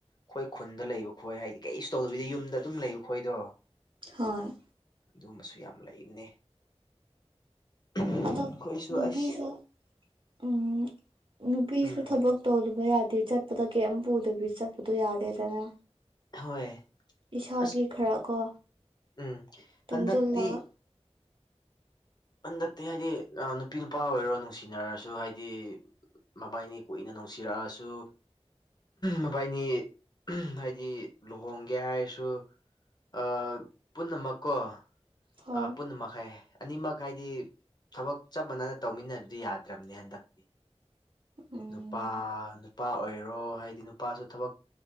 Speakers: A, on the left; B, on the right.
A: ꯑꯩꯈꯣꯏ ꯈꯨꯟꯗ ꯂꯩꯕ ꯈꯣꯏ ꯍꯥꯏꯗꯤ ꯀꯩꯁꯨ ꯇꯧꯗꯕꯤꯗ ꯌꯨꯝꯗ ꯑꯗꯨꯝ ꯂꯩꯕ ꯈꯣꯏꯗꯣ
B: ꯍꯣꯏ
A: ꯑꯗꯨꯝꯕꯁꯨ ꯌꯥꯝ ꯂꯩꯕꯅꯦ ꯑꯩꯈꯣꯏꯁꯨ
B: ꯑꯗꯣ ꯅꯨꯄꯤꯁꯨ
A: ꯑꯁ
B: ꯎꯝ ꯅꯨꯄꯤꯁꯨ
A: ꯎꯝ
B: ꯊꯕꯛ ꯇꯣꯜꯂꯨꯕ ꯌꯥꯗꯦ ꯆꯠꯄꯗ ꯀꯩꯝ ꯄꯨꯗꯕꯤ ꯆꯠꯄꯗꯣ ꯌꯥꯗꯦꯗꯅ
A: ꯍꯣꯏ
B: ꯏꯁꯥꯒꯤ
A: ꯑꯁ
B: ꯈꯔ ꯀꯣ
A: ꯎꯝ
B: ꯇꯨꯡꯁꯤꯜꯂꯒ
A: ꯍꯟꯗꯛꯇꯤ ꯍꯟꯗꯛꯇꯤ ꯍꯥꯏꯗꯤ ꯑꯥ ꯅꯨꯄꯤ ꯅꯨꯄꯥ ꯑꯣꯏꯔꯣ ꯅꯨꯡꯁꯤꯅꯔꯁꯨ ꯍꯥꯏꯗꯤ ꯃꯕꯥꯏꯅꯤ ꯀꯨꯏꯅ ꯅꯨꯡꯁꯤꯔꯛꯑꯁꯨ ꯃꯕꯥꯥꯏꯅꯤ ꯍꯥꯏꯗꯤ ꯂꯨꯍꯣꯡꯒꯦ ꯍꯥꯏꯔꯁꯨ ꯑ ꯄꯨꯟꯅꯃꯛꯀꯣ
B: ꯍꯣꯏ
A: ꯑ ꯄꯨꯟꯅ ꯃꯛ ꯍꯥꯏꯌ‌ꯦ ꯑꯅꯤꯃꯛ ꯍꯥꯏꯗꯤ ꯊꯕꯛ ꯆꯞ ꯃꯥꯟꯅꯅ ꯇꯧꯃꯤꯟꯅꯗ꯭ꯔꯗꯤ ꯌꯥꯗ꯭ꯔꯕꯅꯦ ꯍꯟꯗꯛꯇꯤ
B: ꯎꯝ
A: ꯅꯨꯄꯥ ꯅꯨꯄꯥ ꯑꯣꯏꯔꯣ ꯍꯥꯏꯗꯤ ꯅꯨꯄꯥꯁꯨ ꯊꯕꯛ